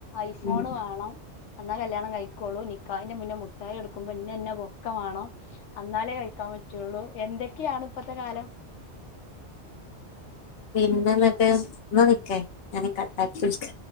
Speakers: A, on the left; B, on the left.
A: ഐഫോണ്
B: ഉം
A: വേണം എന്നാ കല്യാണം കഴിക്കോളൂ നിക്കാന്റെ മുന്നേ മു ട്ടായി എടുക്കുമ്പോ ഇന്നന്നെ വൊക്കമാണോ എന്നാലേ കഴിക്കാൻ പറ്റുള്ളൂ എന്തൊ ക്കെയാണ് ഇപ്പത്തെ കാലം
B: പിന്നെ എന്നിട്ട് ഇന്ന് നിക്ക ഞാനേ കട്ടാക്കി വിളിക്ക